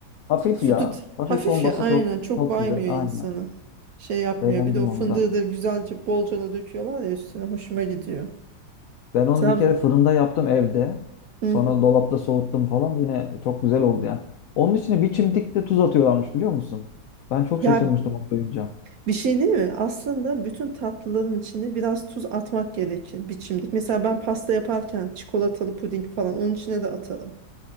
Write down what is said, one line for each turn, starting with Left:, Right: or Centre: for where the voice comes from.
Left: Hafif
Right: Sütü
Left: ya. Hafif
Right: hafif
Left: olması
Right: ya aynen
Left: çok
Right: çok
Left: çok
Right: baymıyor
Left: güzel. Aynen.
Right: insanı. Şey yapmıyor.
Left: Beğendim
Right: Bir de o fındığı
Left: onu da.
Right: da güzelce bolcana döküyorlar ya üstüne hoşuma gidiyor.
Left: Ben onu
Right: Trabzon.
Left: bir kere fırında yaptım evde.
Right: Hı
Left: Sonra
Right: hı.
Left: dolapta soğuttum falan. Yine çok güzel oldu yani. Onun içine bir çimdik de tuz atıyorlarmış biliyor musun? Ben çok
Right: Ya
Left: şaşırmıştım onu duyunca.
Right: bir şey değil mi? Aslında bütün tatlıların içine biraz tuz atmak gerekir biçimlik. Mesela ben pasta yaparken çikolatalı puding falan onun içine de atarım.